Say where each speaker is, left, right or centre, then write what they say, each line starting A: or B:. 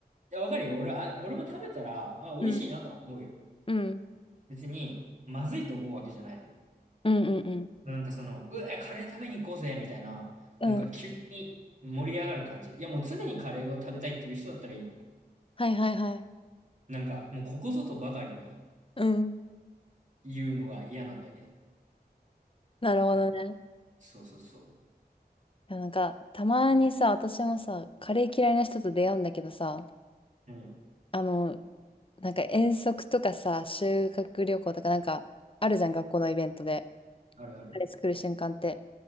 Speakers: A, on the right; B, on the left.
A: いや、わかるよ。俺、あ、俺も食べたら、あ、美味しいなとは思うよ。
B: うん。うん。
A: 別に、まずいと思うわけじゃないの。
B: うんうんう
A: なんかその、うわ、カレー食べに行こうぜ、みたいな、なんか急に盛り上がる感じ。
B: ん。うん。
A: いや、もう常にカレーを食べたいっていう人だったらいいの。
B: はいはいはい。
A: なんか、もうここぞとばかりに
B: うん。
A: 言うのが嫌なんだよね。
B: なるほどね。
A: なんか、そうそうそう。
B: いやなんか、たまにさ、私もさ、カレー嫌いな人と出会うんだけどさ、
A: うん。
B: あの、なんか遠足とかさ、修学旅行とかなんか、あるじゃん、学校のイベントで。
A: あるある。
B: カレー作る瞬間って。